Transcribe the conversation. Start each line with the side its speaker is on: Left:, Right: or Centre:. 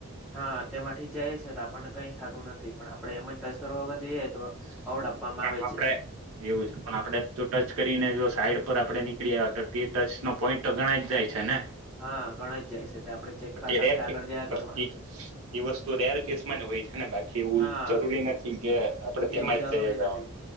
Centre: હા તેમાંથી જઈએ છે તો આપણને કઈ થતું નથી પણ આપણે એમ ટચ કરો અગર જઈ એ તો
Right: પણ
Centre: આઉટ આપવામાં આવે
Right: આપડે
Centre: છે
Right: એવું છે પણ આપડે તો ટચ કરીને જો સાઈડ પર આપડે નીકળ્યા હતા તે ટચ નો પોઈન્ટ ગણાઈજ જાય છે ને
Centre: હા ગણાય જ જાય છે તે આપણે ચેક પાટાથી
Right: પી ર
Centre: આગળ જયા કરવાનું
Right: પ
Centre: છે
Right: વસ્તુ રેર કે <unintelligible> કેવું
Centre: હા
Right: જરૂરી નથી કે આપડે તેમાં
Centre: એવું જરૂરી
Right: જ જઈએ
Centre: નથી,